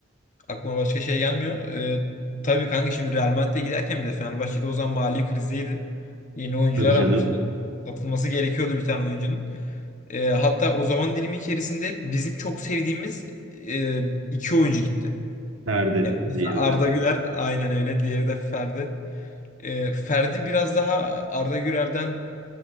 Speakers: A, on the left; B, on the right.
A: Aklıma başka şey gelmiyor. E, tabii kanka şimdi Real Madrid'e giderken bir de Fenerbahçe'de o zaman mali krizdeydi. Yeni oyuncular
B: Tabii canım.
A: almıştı. Satılması gerekiyordu bir tane oyuncunun. E, hatta o zaman dilimi içerisinde bizim çok sevdiğimiz e, iki oyuncu gitti.
B: Ferdi
A: Yani birisi
B: diğeri
A: Arda
B: de.
A: Güler aynen öyle. Diğeri de Ferdi. E, Ferdi biraz daha Arda Güler'den